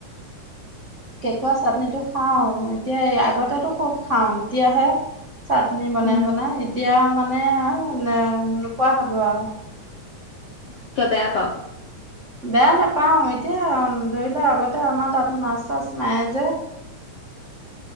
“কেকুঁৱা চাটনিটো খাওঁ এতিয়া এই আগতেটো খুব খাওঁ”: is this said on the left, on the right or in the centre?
Right